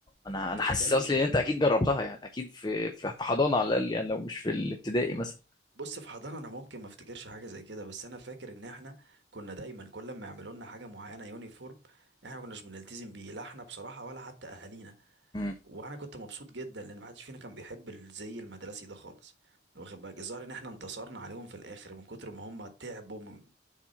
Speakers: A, on the left; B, on the right.
A: انا
B: انت
A: انا حاسس
B: بتتكلم
A: اصلي
B: في ال-
A: ان انت اكيد جربتها يعني اكيد في في في حضانه على الاقل يعني لو مش في الابتدائي مثلا
B: بص في حضانة انا ممكن ما افتكرش حاجة زي كده بس انا فاكر ان احنا كنا دايما كل ما يعملوا لنا حاجة معينة يونيفورم احنا ما كناش بنلتزم بيه لا احنا بصراحة ولا حتى اهالينا
A: مم.
B: وانا كنت مبسوط جدا لان محدش فينا كان بيحب الزي المدرسي ده خالص واخد بالك الظاهر ان احنا انتصرنا عليهم في الاخر من كتر ما هم تعبوا من